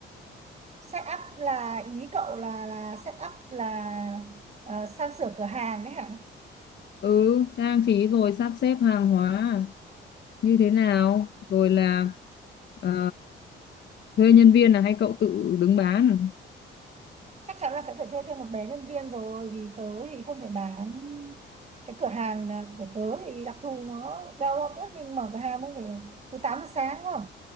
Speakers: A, on the right; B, on the left.
A: setup là ý cậu là là setup là ờ, sang sửa cửa hàng đấy hả
B: ừ trang trí rồi sắp xếp hàng hóa à? như thế nào rồi là ờ, thuê nhân viên là hay cậu tự đứng bán
A: chắc chắn là sẽ phải thuê thêm một bé nhân viên rồi vì tớ thì không thể bán cái cửa hàng à, của tớ thì đặc thù nó đau học nhất mình mở cửa hàng mới phải từ 8 giờ sáng không